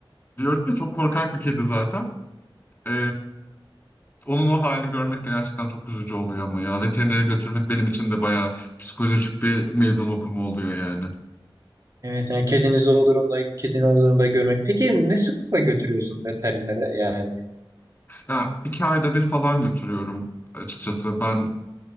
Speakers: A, on the left (about 20°); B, on the right (about 40°).
A: Diyorum ya çok korkak bir kedi zaten. E, onun o halini görmek de gerçekten çok üzücü oluyor ama ya veterinere götürmek benim için de bayağı psikolojik bir meydan okuma oluyor yani.
B: Evet yani kedinizi o durumda, kedini o durumda görmek. Peki ne sıklıkla götürüyorsun veterinere yani?
A: Ya iki ayda bir falan götürüyorum açıkçası. Ben